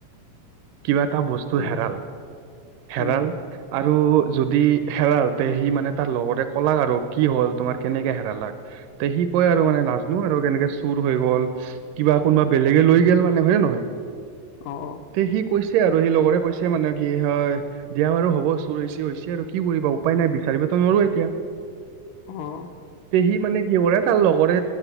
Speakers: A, on the right; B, on the left.
A: কিবা এটা বস্তু
B: ঠিক
A: হেৰাল,
B: আছে
A: হেৰাল আৰু যদি হেৰাল, ত' সি মানে তাৰ লগৰে ক'লাক আৰু কি হ'ল? তোমাৰ কেনেকে হেৰালাক? ত' সি কয় আৰু
B: অঁ
A: মানে নাজানো আৰু কেনেকে চুৰ হৈ গ'ল কিবা, কোনোবা বেলেগে লৈ গ'ল মানে হয়নে নহয়?
B: অঁ, অ'।
A: তে, সি কৈছে আৰু, সি লগৰে কৈছে মানে কি হয় বিয়া বাৰু হ'ব চুৰ হৈছে, হৈছে আৰু কি কৰিবা উপায় নাই, বিচাৰিবটো নোৱাৰো এতিয়া।
B: অ'।
A: ত' সি মানে কি কৰে, তাৰ লগৰে